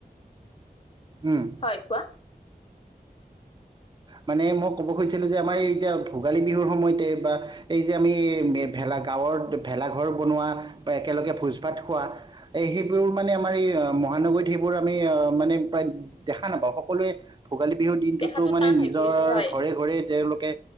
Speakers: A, on the right (about 25°); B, on the left (about 35°).
A: উম।
B: হয় কোৱা
A: মানে মই ক'ব খুজিছিলো যে আমাৰ এই এতিয়া ভোগালী বিহুৰ সময়তে বা এই যে আমি ভেলা গাঁৱৰ ভেলাঘৰ বনোৱা বা একেলগে ভোজ ভাত খোৱা এ সেইবোৰ মানে আমাৰ এই মহানগৰীত সেইবোৰ আমি আহ মানে প্ৰায় দেখা নাপা সকলোৱে ভোগালী বিহুৰ দিনটোতো
B: দেখাতো
A: মানে
B: টান
A: নিজৰ
B: হৈ পৰিছে হয়
A: ঘৰে ঘৰে তেওঁলোকে